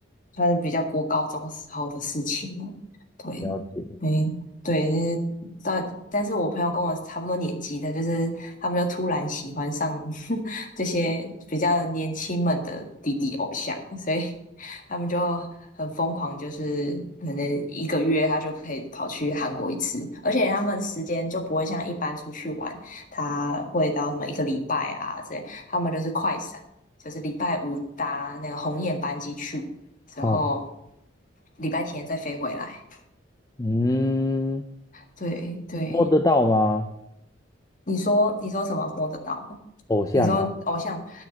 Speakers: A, on the left (about 45°); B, on the left (about 20°).
A: 算是比较过高中时候的事情了。对，
B: 了解
A: 嗯，对，就是但但是我朋友跟我差不多年纪的，就是他们就突然喜欢上 <laughs> 这些比较年轻们的弟弟偶像，所以他们就很疯狂，就是可能一个月他就可以跑去韩国一次，而且他们时间就不会像一般出去玩。他会到什么一个礼拜啊这他们就是快闪，就是礼拜五搭那个鸿雁班机去，之后
B: 哦，
A: 礼拜天再飞回来。
B: 嗯，
A: 对对，
B: 摸得到吗？
A: 你说你说什么摸得到吗？
B: 偶像啊，
A: 你说偶像